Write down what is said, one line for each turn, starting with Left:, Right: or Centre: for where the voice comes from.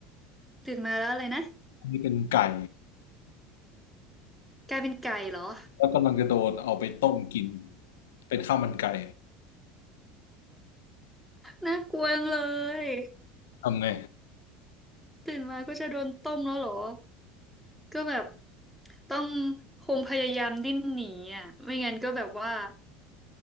Centre: ตื่นมาแล้วอะไรนะ
Left: นี่เป็นไก่
Centre: กลายเป็นไก่เหรอ
Left: แล้วกำลังจะโดนเอาไปต้มกินเป็นข้าวมันไก่
Centre: น่ากลัวจังเลย
Left: ทำไง
Centre: ตื่นมาก็จะโดนต้มแล้วเหรอ ก็แบบต้องคงพยายามดิ้นหนีอ่ะไม่งั้นก็แบบว่า